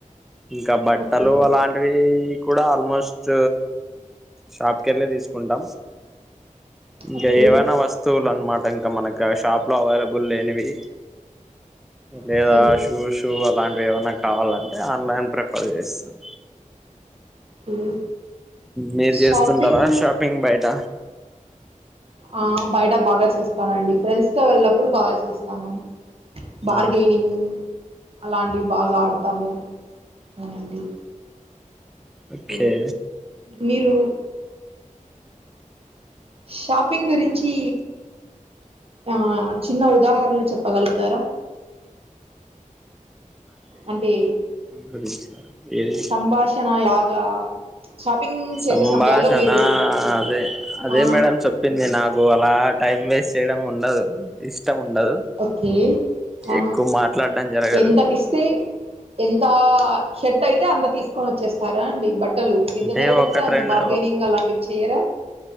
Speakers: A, in the centre; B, on the right.
A: ఇంకా బట్టలు
B: ఓకే
A: అలాంటివి కూడా ఆల్మోస్ట్ షాప్ కెళ్ళే తీసుకుంటాం ఇంకా
B: ఓకే
A: ఏవైనా వస్తువులు అన్నమాట ఇంకా మనకి షాప్ లో అవైల బుల్ లేనివి లేదా
B: ఓకే
A: షూషూ అలాంటివి ఏమన్నా కావాల ఆన్లైన్ ప్రిఫర్ చేస్తాను
B: ఓకే
A: మీరు
B: షాపింగ్
A: చేస్తుంటారా షాపింగ్ బయట
B: ఆ బయట బాగా చేస్తానండి ఫ్రెండ్స్ తో వెళ్ళప్పుడు బాగా చేస్తాను బార్గెనింగ్
A: ఆ
B: అలాంటివి బాగా ఆడతాము అవునండి
A: ఓకే
B: కె మీరు షాపింగ్ గురించి ఆ చిన్న ఉదాహరణలు చెప్పగలుగుతారా అంటే
A: గురించి ఏది
B: సంభాషణ లాగా షాపింగ్
A: సంభాషణ
B: చేసే సమయాల్లో మీరు
A: అదే అదే
B: ఆ
A: మేడమ్ చెప్పింది నాకు అలా టైమ్ వేస్ట్ చేయడం ఉండదు ఇష్ ఇష్టం ఉండదు
B: ఓకే ఆ
A: ఎక్కువ మాట్లాడం జరగదు
B: ఎంతకిస్తే ఎంత షర్ట్ అయితే అంత తీసుకొని వచ్చేస్తారా అండి బట్ ట్టలు ఎంత
A: అంటే
B: ధర చెప్తే
A: ఒకటి
B: అంత
A: రెండు
B: బార్గెనింగ్ అలాంటివి చెయ్యరా